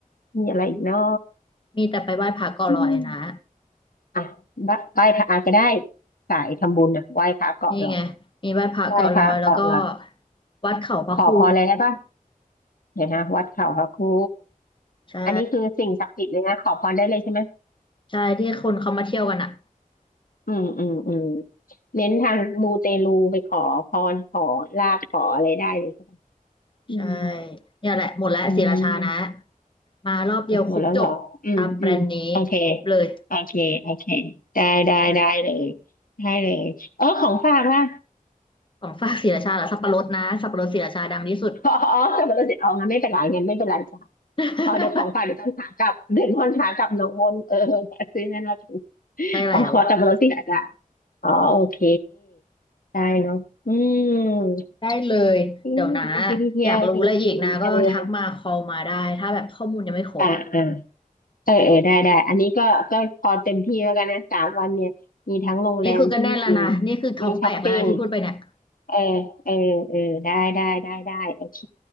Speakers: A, on the left; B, on the left.
A: มีอะไรอีกเนาะ
B: มีแต่ไปไหว้พระเกาะลอยนะ
A: อืม อ่ะบดไหว้พระก็ได้สายทำบุญอ่ะไหว้พระเกาะหลอด
B: นี่ไงมีไหว้พระเกาะลอยแล้วก็
A: ไหว้พระเกาะหลอด
B: วัดเขาพระครู
A: ขอพรอะไรได้บ้างเดี๋ยวนะวัดเขาพระครู
B: ใช่
A: อันนี้คือสิ่งศักดิ์สิทธิ์เลยนะขอพรได้เลยใช่ไหม
B: ใช่ที่คนเขามาเที่ยวกันอ่ะ
A: อืมอืมอืมเน้นทางมูเตลูไปขอพรขอลาภขออะไรได้เลยใช่ไหมอืม
B: ใช่เนี่ยแหละหมดแล้วศรีราชานะ
A: อืม
B: มารอบเดียวครบจบตามแบรนด์นี้ครบเลย
A: อ่ะหมดแล้วเหรออืมอืมโอเคโอเคโอเคได้ได้ได้เลยได้เลยเออของฝากล่ะ
B: ของฝากศรีราชาเหรอสับปะรดนะสับปะรดศรีราชาดังที่สุด
A: <laughs> อ๋ออ๋อแต่มันเราสิเอางั้นไม่เป็นไรงั้นไม่เป็นไรจ้ะ
B: <laughs>
A: อ๋อเดี๋ยวของฝากเดี๋ยวตอนขากลับเดี๋ยวตอนขากลับหน้องมนเออซื้อนั่นแล้วกัน
B: ได้แล้ว
A: อ๋อสับปะรดที่ไหนอ่ะอ๋อโอเคได้เนาะอืม
B: ได้เลยเดี๋ยวนะ
A: นี่ดีดีเที่ยวที่คิมเออ
B: อยากรู้อะไรอีกนะก็ทักมาคอลมาได้ถ้าแบบข้อมูลยังไม่ครบ
A: อ่าอ่าเออเออได้ได้อันนี้ก็ก็พอเต็มที่แล้วกันนะสามวันเนี่ยมีทั้งโรงแรมที่กิน
B: นี่คือก็แน่นแล้วนะนี่คือท้องแตกแล้วนะที่พูดไปเนี่ย
A: มีช้อปปิ้งเออเออเออได้ได้ได้ได้โอเค